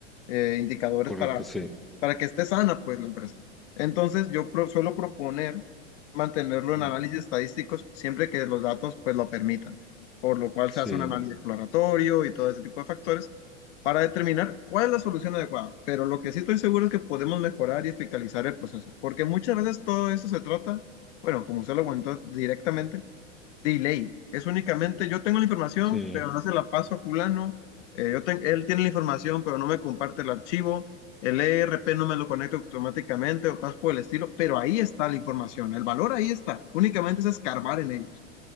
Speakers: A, on the left (about 70°); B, in the centre.
A: eh, indicadores
B: correcto,
A: para,
B: sí,
A: para que esté sana, pues, la empresa. Entonces, yo pro- suelo proponer mantenerlo en
B: Mm.
A: análisis estadísticos siempre que los datos, pues, lo permitan, por lo cual
B: sí,
A: se hace un análisis exploratorio y todo ese tipo de factores para determinar cuál es la solución adecuada. Pero lo que sí estoy seguro es que podemos mejorar y fiscalizar el proceso, porque muchas veces todo esto se trata, bueno, como usted lo comentó directamente, delay. Es únicamente, yo tengo la información,
B: sí.
A: pero no se la paso a fulano. eh, yo ten- él tiene la información, pero no me comparte el archivo. El ERP no me lo conecta automáticamente o cosas por el estilo, pero ahí está la información. El valor ahí está. Únicamente es escarbar en ellos.